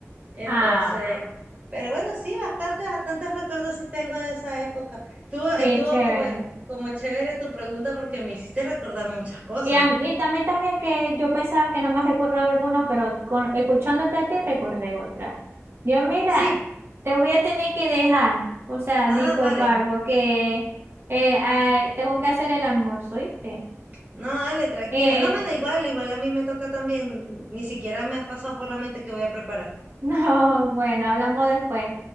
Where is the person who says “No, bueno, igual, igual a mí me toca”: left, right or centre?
Right